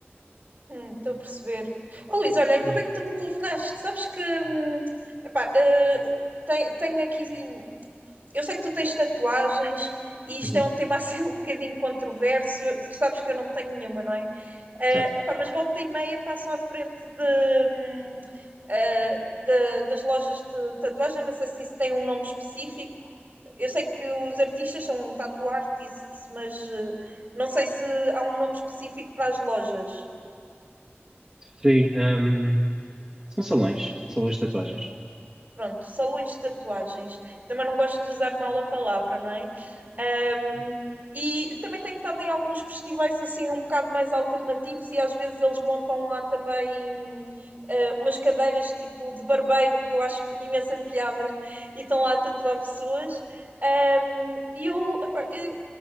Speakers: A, on the right; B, on the right.
A: Hum, estou a perceber. Oh, Luís, olha, ainda
B: Hum.
A: bem que tu me telefonaste. Sabes que, hum, epá, eh, tem- tenho aqui. Eu sei que tu tens tatuagens e isto
B: Uhum.
A: é um tema <laughs> assim um bocadinho controverso. Tu sabes que eu não tenho nenhuma, não é? Eh,
B: Certo.
A: pá, mas volta e meia passo à frente de, hum, eh, da- das lojas de tatuagem. Não sei se isso tem um nome específico. Eu sei que os artistas são um tattoo artists, mas eh, não sei se há um nome específico para as lojas.
B: Sim, ahm, são salões, salões de tatuagens.
A: Pronto, salões de tatuagens. Também não gosto de usar mal a palavra, não é? Um, e também tenho estado em alguns festivais assim um bocado mais alternativos e às vezes eles montam lá também hum, eh, umas cadeiras tipo de barbeiro que eu acho imensa piada <laughs> e estão lá a tatuar pessoas. Um, e eu, epá, eu